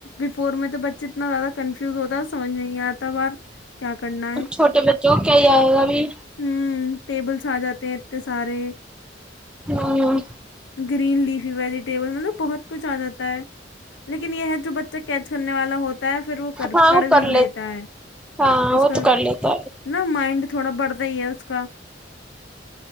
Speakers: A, on the left; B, in the centre.
A: بفور میں تو بچے اتنا زیادہ کنفیوز ہوتا ہے سمجھ نہیں آتا بات کیا کرنا ہے
B: چھوٹے بچوں کو کیا ہی آئے گا ابھی
A: ہ ٹیبلس آ جاتے ہیں ت سارے
B: ہوں
A: گرین لیفی ویجیٹیبل مطلب بہت کچھ آ جاتا ہے لیکن یہ ہے جو بچہ کیچ کرنے والا ہوتا ہے پھر وہ کر
B: ہاں
A: پڑھ
B: وہ کر
A: بھی لیتا ہے
B: ہاں
A: اس
B: وہ
A: کا
B: تو
A: ہے
B: کر لیتا
A: نا مائنڈ تھوڑا بڑھتا ہی ہے اس کا